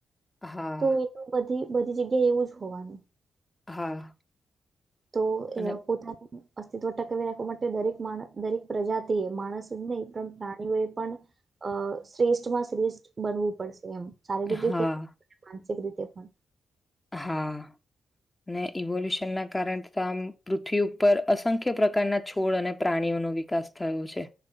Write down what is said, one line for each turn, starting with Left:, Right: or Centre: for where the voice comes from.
Left: હા
Right: તો એ તો બધી બધી જગ્યાએ એવું જ હોવાનું.
Left: હા.
Right: તો
Left: અને
Right: એ પોતાની અસ્તિત્વ ટકાવી રાખવા માટે દરેક માણસ, દરેક પ્રજાતિએ, માણસ જ નહીં, પણ પ્રાણીઓએ પણ અ શ્રેષ્ઠ માં શ્રેષ્ઠ બનવું પડશે એમ શારીરિક
Left: હા
Right: રીતે, માનસિક રીતે પણ
Left: હા અને ઇવોલ્યુશનના કારણે તો આમ પૃથ્વી ઉપર અસંખ્ય પ્રકારના છોડ અને પ્રાણીઓ ઓનો વિકાસ થયો છે.